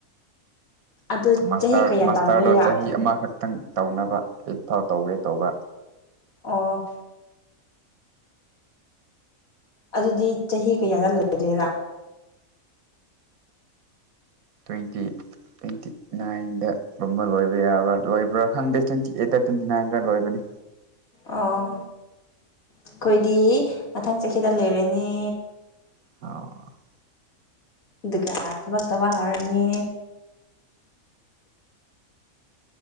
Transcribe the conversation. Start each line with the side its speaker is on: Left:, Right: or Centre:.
Left: ꯑꯗꯨ
Right: ꯃꯥꯁꯇꯔ
Left: ꯆꯍꯤ ꯀꯌꯥ
Right: ꯃꯥꯁꯇꯔꯗꯣ
Left: ꯇꯝꯗꯣꯏꯔꯥ
Right: ꯆꯍꯤ ꯑꯃꯈꯛꯇꯪ ꯇꯧꯅꯕ ꯑꯩꯠ ꯐꯥꯎ ꯇꯧꯒꯦ ꯇꯧꯕ
Left: ꯑ ꯑꯗꯨꯗꯤ ꯆꯍꯤ ꯀꯌꯥꯗ ꯂꯩꯗꯣꯏꯔꯥ
Right: ꯇ꯭ꯋꯦꯟꯇꯤ ꯇ꯭ꯋꯦꯟꯇꯤ ꯅꯥꯏꯟꯗ ꯨꯝꯕ ꯂꯣꯏꯕ ꯌꯥꯕ꯭ꯔꯥ ꯂꯣꯏꯕ꯭ꯔꯥ ꯈꯪꯗꯦ ꯇ꯭ꯋꯦꯟꯇꯤ ꯑꯩꯠꯇ ꯇ꯭ꯋꯦꯟꯇꯤ ꯅꯥꯏꯟꯗ ꯂꯣꯏꯕꯅꯤ
Left: ꯑꯣ ꯑꯩꯈꯣꯏꯗꯤ ꯃꯊꯪ ꯆꯍꯤꯗ ꯂꯩꯔꯅꯤ
Right: ꯍꯧ
Left: ꯑꯗꯨꯒ ꯊꯕꯛꯇ ꯋꯥ ꯍꯧꯔꯅꯤ